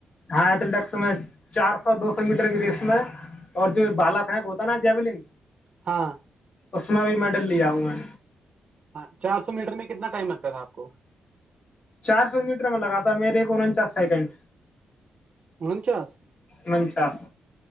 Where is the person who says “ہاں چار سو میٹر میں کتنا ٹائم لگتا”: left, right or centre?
Right